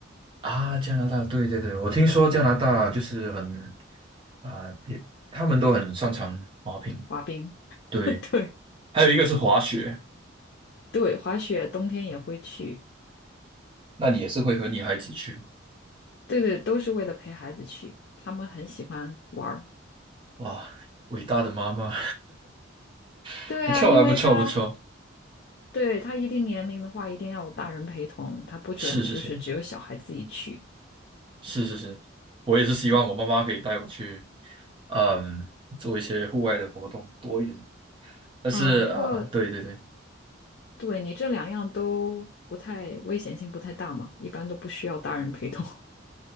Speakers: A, on the right (about 25°); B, on the left (about 55°).
A: 啊，加拿大？对对对，我听说加拿大就是很啊，别他们都很擅长滑冰。
B: 滑冰，
A: 对，
B: <laughs> 对
A: 还有一个是滑雪，
B: 对，滑雪冬天也会去，
A: 那你也是会和女孩子去吗？
B: 对对，都是为了陪孩子去，他们很喜欢玩儿。
A: 哇，伟大的妈妈，<laughs>
B: 对啊，
A: 不错啊，
B: 因为他
A: 不错不错，
B: 对他一定年龄的话，一定要有大人陪同，他不准就是只有小孩自己去。
A: 是是是是是是，我也是希望我妈妈可以带我去，
B: 对，
A: 嗯，做一些户外的活动多一点。但是啊，
B: 嗯，不过
A: 对对对，
B: 对你这两样都不太危险性不太大嘛，一般都不需要大人陪同。